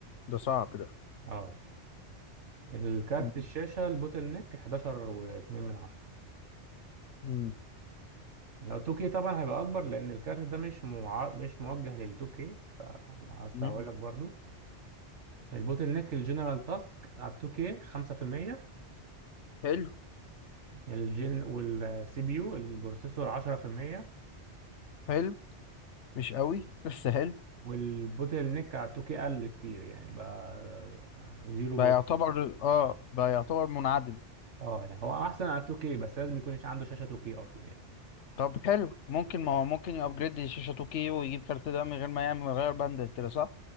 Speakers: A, on the left; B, on the right.
A: ده صعب ده
B: اه الكارت
A: مم.
B: الشاشة البوتل نيك 11 و2 من 10
A: مم.
B: لو 2K طبعا هيبقى اكبر لان الكارت ده مش مع... مش موجه لل 2K بس
A: مم.
B: هقول لك مم. برضو البوتل نيك الجنرال تاسك على ال 2K 5%
A: حلو
B: الجن والسي بي يو البروسيسور 10%
A: حلو مش قوي بس حلو
B: والبوتل نيك على ال 2K قل كتير يعني بقى 0.
A: بقى يعتبر اه بقى يعتبر منعدم
B: اه يعني هو احسن على ال 2K بس لازم يكون عنده شاشة 2K اصلا يعني
A: طب حلو ممكن ما هو ممكن يابجريد شاشة 2K ويجيب كارت ده من غير ما يعمل من غير بندل كده صح